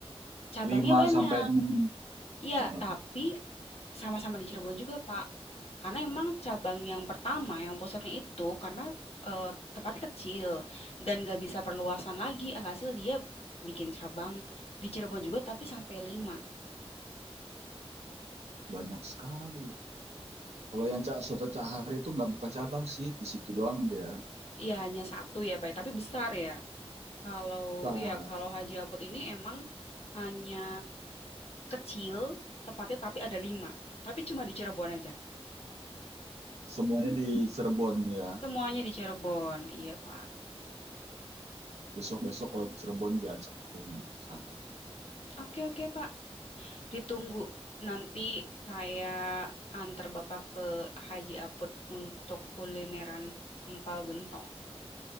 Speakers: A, on the left; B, on the right.
A: Cabangnya
B: lima
A: banyak.
B: sampai enam
A: Iya,
B: uh,
A: tapi sama-sama di Cirebon juga, Pak. Karena emang cabang yang pertama, yang pusatnya itu karena eh, tempatnya kecil dan gak bisa perluasan lagi, alhasil dia bikin cabang di Cirebon juga tapi sampai 5.
B: banyak sekali kalau yang cak soto cak har itu nggak buka cabang sih di situ doang dia
A: Iya hanya satu ya Pak, ya. tapi besar ya. Kalau
B: nah,
A: iya kalau Haji Apot ini emang hanya kecil tempatnya tapi ada lima. Tapi cuma di Cirebon aja.
B: semuanya di Cirebon ya
A: Semuanya di Cirebon, iya Pak.
B: besok besok kalau Cirebon diajak tuh nanti ke sana
A: Oke oke Pak, ditunggu. Nanti saya antar Bapak ke Haji Apot untuk kulineran empal gentong.